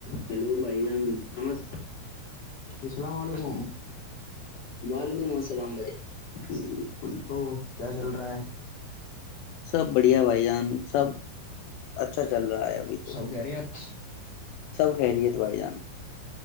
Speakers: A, on the left (about 35°); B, on the left (about 80°).
A: hello بھائی جان نمس السلام علیکم وعلیکم السلام بھائی کل تو کیا چل رہا ہے
B: سب بڑھیا بھائی جان سب اچھا چل رہا ہے ابھی تو
A: سب خیریت
B: سب خیریت بھائی جان